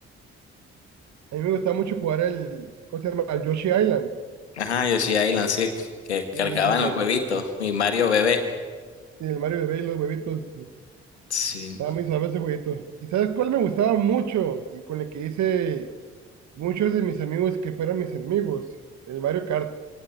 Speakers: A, on the right; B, on the left.
A: A mí me gusta mucho jugar el, ¿cómo se llama? El Yoshi Island.
B: Ajá, Yoshi Island, sí, que cargaban
A: Sí, eso es un-
B: los huevitos, y Mario bebé.
A: sí, el Mario Bebé y los huevitos.
B: Sí.
A: Estaba muy suave ese jueguito. ¿Y sabes cuál me gustaba mucho? Y con el que hice muchos de mis amigos que fueran mis enemigos, el Mario Kart.